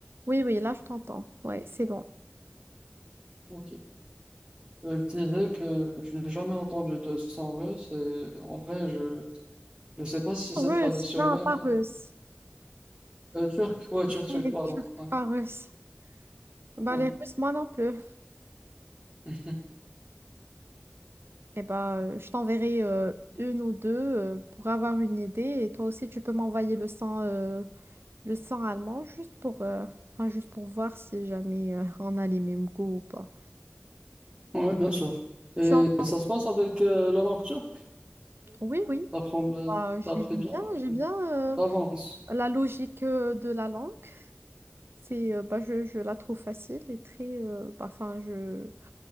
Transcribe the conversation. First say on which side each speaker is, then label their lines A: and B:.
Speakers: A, on the right (about 70°); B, on the right (about 20°).
A: Oui, oui, là, je t'entends. Ouais, c'est bon.
B: Ok. Euh, je disais que je n'ai jamais entendu de son russe. et en vrai, je ne sais pas si
A: Russe,
B: c'est traditionnel.
A: non, pas russe.
B: Euh, turc, ouais, turc, turc,
A: Ouais,
B: pardon.
A: turc,
B: Ouais,
A: pas russe. Bah,
B: ouais.
A: les Russes, moi non plus.
B: <laughs>
A: Eh ben, euh, je t'enverrai euh, une ou deux euh, pour avoir une idée. Et toi aussi, tu peux m'envoyer le sang, euh, le sang allemand juste pour, euh, enfin, juste pour voir si jamais euh, <laughs> on a les mêmes goûts ou pas.
B: Ouais, bien sûr. Et
A: Je suis en-
B: ça se passe avec euh, la langue turque.
A: Oui, oui.
B: T'apprends, euh,
A: Bah, j'ai-
B: t'apprends
A: j'aime
B: bien,
A: bien,
B: ok.
A: j'aime bien
B: T'avances.
A: euh, la logique euh, de la langue. C'est, euh, bah, je, je la trouve facile et très. euh, bah, enfin, je,